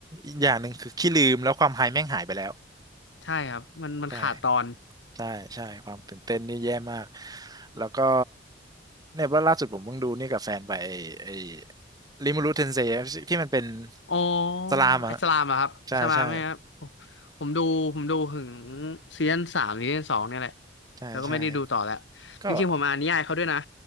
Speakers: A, on the right; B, on the left.
A: อีกอย่างหนึ่งคือขี้ลืมแล้วความไฮแม่งหายไปแล้ว
B: ใช่ครับมันมันขาดตอน
A: ใช่ใช่ใช่ความตื่นเต้นนี่แย่มากแล้วก็เนี่ยว่าล่าสุดผมเพิ่งดูนี่กับแฟนไปไอ้ไอ้ริมูรุเทนเซที่มันเป็น
B: อ๋อ
A: สลามอ่ะ
B: อิสลามเหรอครับอิสลามไหมครับผมผมดูผมดูถึง
A: ใช่ใช่
B: ซีซั่นสามหรือซีซั่นสองเนี่ยแหละ
A: ใช่ใช่
B: แล้วก็ไม่ได้ดูต่อแล้ว
A: ก็
B: จริงๆผมอ่านนิยายเขาด้วยนะ